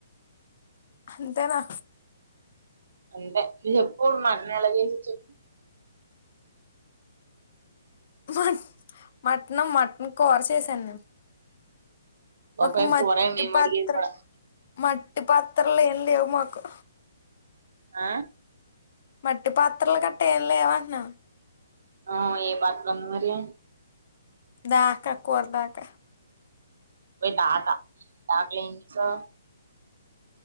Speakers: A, on the left (about 35°); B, on the right (about 55°).
A: అంతేనా
B: అంటే నువ్వు చెప్పు మటన్ ఎలా చేసేది చెప్
A: మ మటన్ మటన్ కూర చేసాను నేను
B: ఓపే
A: ఒక్క మట్టి
B: పోరే మేము
A: పాత్ర
B: అడిగేది కూడా
A: మట్టి పాత్ర మట్టి పాత్రలో ఏం లేవు మాకు
B: ఆ
A: మట్టి పాత్రలు కట్ట ఏం లేవంటన్నాను
B: ఆ ఏ పాత్ర ఉంది మరి
A: దాకా కూర దాకా
B: మీ తాత దాకాలు ఏం చేసావ్